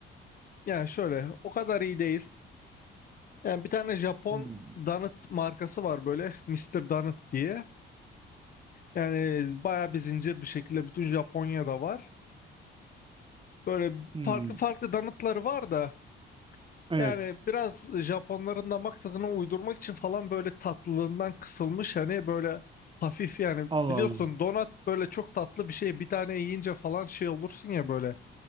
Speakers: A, on the left; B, on the right.
A: yani şöyle o kadar iyi değil. Yani bir tane Japon
B: Hmm,
A: Donut markası var böyle Mister Donut diye. Yani bayağı bir zincir bir şekilde bütün Japonya'da var. Böyle
B: hmm,
A: farklı farklı donutları var da
B: evet,
A: yani biraz Japonların damak tadına uydurmak için falan böyle tatlılığından kısılmış hani böyle hafif yani
B: Allah
A: biliyorsun
B: Allah.
A: donut böyle çok tatlı bir şey bir tane yiyince falan şey olursun ya böyle